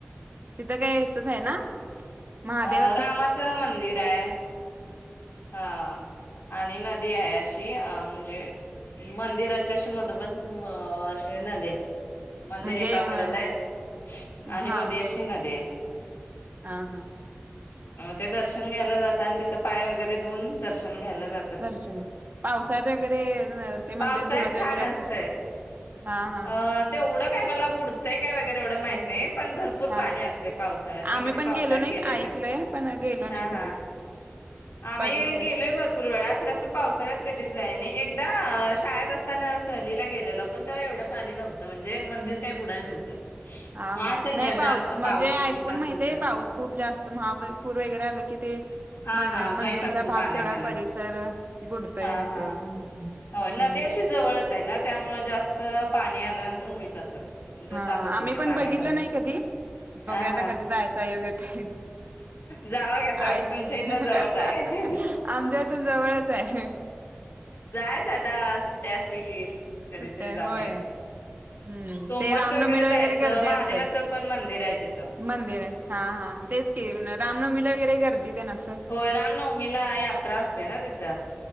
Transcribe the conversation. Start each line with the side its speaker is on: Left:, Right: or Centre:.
Right: तिथं काय हेचच आहे ना. महादेवाचं
Left: अ रामाचं मंदिर आहे हा. आणि नदी आहे अशी अ म्हणजे मंदिराच्या अशी मधोमद अशी नदि आहे. मंदिर
Right: म्हणजे
Left: एका
Right: हा
Left: कडेला आहे आणि
Right: हा
Left: मध्ये अशी नदी आहे.
Right: हा हा
Left: ते दर्शन घ्यायला जात आणि तिथं पाय वगैरे धुवून दर्शन घ्यायला जात.
Right: दर्शन पावसाळ्यात वगैरे ते
Left: पावसाळ्यात
Right: मंदिर बुडत
Left: छान
Right: वगैरे असल.
Left: असतंय.
Right: हा हा
Left: अ तेवढं काय मला बुडतंय काय वगैरे एवढं माहित नाही पण भरपूर
Right: हा
Left: पाणी असते. पावसाळ्यात मी
Right: आम्ही
Left: कधी
Right: पण
Left: पावसाळ्यात
Right: गेलो
Left: गेलेल
Right: ऐकलंय
Left: नाही
Right: पण गेलो
Left: हा
Right: नाही कधी.
Left: हा आम्ही
Right: बघितलेस
Left: गेलोय. भरपूर वेळा खरं अस पावसाळ्यात कधीच जायाय नाही आणि एकदा शाळेत असताना सहलीला गेलेलो. पण तेव्हा एवढं पाणी नव्हतं म्हणजे मंदिर काही बुढाय नव्हतं.
Right: हा हा
Left: असेल
Right: नाही
Left: मग
Right: पाऊ
Left: जास्त
Right: म्हणजे
Left: पाऊस
Right: ऐकू
Left: येत असेल
Right: ण माहितीय
Left: तर
Right: पाऊस खूप जास्त महापूर वगैरे आलं की ते,
Left: हा
Right: म
Left: हा
Right: मंदिरचा
Left: जायत असेल
Right: भाग
Left: पाण्याखाली
Right: तेवढा परिसर बुडतोय
Left: हा
Right: होतोय
Left: हा
Right: असं
Left: हो नदि
Right: हम्म
Left: अशी जवळच आहे ना, त्यामुळे जास्त पाणी आल्यानंतर होईत असेल. म्हणजे
Right: हा
Left: जात असेल
Right: आम्ही
Left: ते
Right: पण
Left: पाण्याखाली
Right: बघितलं नाही कधी बघूया
Left: हा हा
Right: आता कधी जायचा योग येतोय.
Left: जावा घेता
Right: एक
Left: तुमच्या इथनं जवळच
Right: हा
Left: आहे
Right: आमच्या इथून जवळच आहे.
Left: जायच आता सुट्ट्या असली की कधीतरी
Right: कुठे
Left: जाऊन
Right: होय
Left: यायचं.
Right: हम्म
Left: सोमवारच
Right: ते रामनवमीला
Left: वगैरे जायचं.
Right: गर्दी
Left: महादेवाचं
Right: असेल
Left: पण मंदिर आहे तिथे.
Right: मंदिर आहे हा हा तेच क रामनवमीला वगैरे गर्दी ते नसते
Left: होय रामनवमीला यात्रा असते ना तिथं